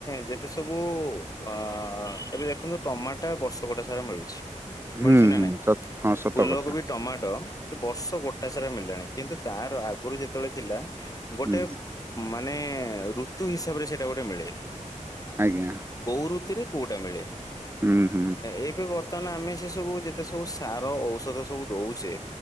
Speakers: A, on the left; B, on the right.
A: ଯେତେ ସବୁ ଆ ଏବେ ଦେଖନ୍ତୁ ଟମାଟା ବର୍ଷକଟା ସାରା ମିଳୁଛି। ମିଳୁଛି
B: ହୁଁ
A: ନା
B: ହୁଁ
A: ନାଇଁ
B: ସ ହଁ ସତ
A: ଫୁଲ
B: କଥା
A: କୋବି ଟମାଟୋ ବର୍ଷ ଗୋଟା ସାରା ମଳିଲାଣି କିନ୍ତୁ ତାର ଆଗରୁ ଯେତେବେଳେ ଥିଲା ଗୋଟେ
B: ହୁଁ
A: ମାନେ ଋତୁ ହିସାବରେ ସେଇଟା ଗୋଟେ ମିଳେ।
B: ଆଜ୍ଞା।
A: କୋଉ ଋତୁରେ କୋଉଟା ମିଳେ।
B: ହୁଁ ହୁଁ
A: ଏବେ ବତ <unintelligible> ଆମେ ସେ ସବୁ ଯେତେ ସବୁ ସାର ଔଷଧ ସବୁ ଦଉଚେ